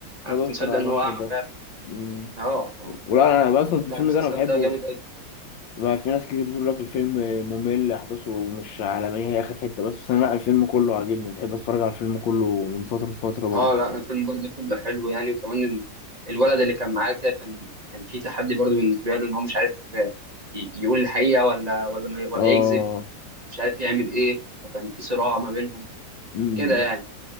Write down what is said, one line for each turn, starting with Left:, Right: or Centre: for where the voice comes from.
Left: خد
Right: انا
Left: اوسكار
Right: كنت مصدق
Left: على
Right: ان
Left: المشهد
Right: هو اعمى
Left: ده
Right: فعلا
Left: امم
Right: اه ف-
Left: ولا انا اصلا الفيلم
Right: لا المسلسل
Left: ده انا بحبه
Right: ده جامد جدا
Left: ما في ناس كتير بتقول لك الفيلم ممل احداثه مش عالميه هي اخر حته بس بس انا لا الفيلم كله عاجبني بحب اتفرج على الفيلم كله من فتره لفتره برضه
Right: اه لا الفيلم برضه كله حلو يعني وكمان ال- الولد اللي كان معاه كده كان كان في تحدي برضه بالنسبه له ان هو مش عارف ي- يقول الحقيقه ولا ولا ما ي- ولا
Left: اه
Right: يكذب مش عارف يعمل ايه فكان في صراع ما بينهم
Left: امم
Right: كده يعني